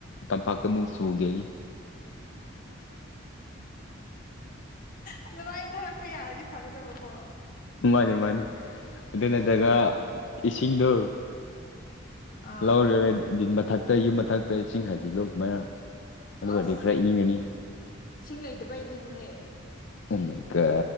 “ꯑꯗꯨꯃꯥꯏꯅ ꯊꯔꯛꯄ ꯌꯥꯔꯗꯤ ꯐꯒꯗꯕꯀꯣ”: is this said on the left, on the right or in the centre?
Left